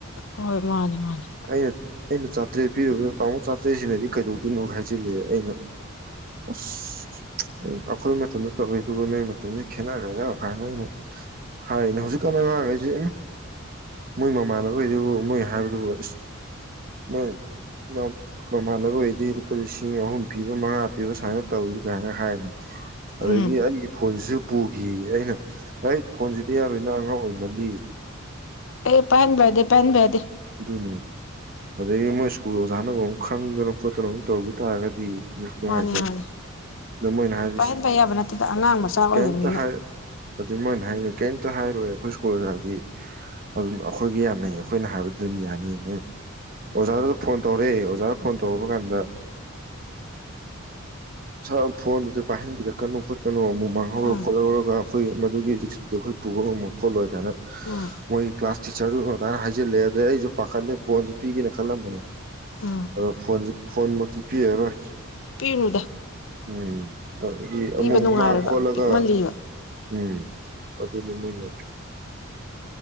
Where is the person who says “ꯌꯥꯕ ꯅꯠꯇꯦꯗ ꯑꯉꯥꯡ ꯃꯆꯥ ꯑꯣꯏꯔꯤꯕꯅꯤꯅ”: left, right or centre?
Left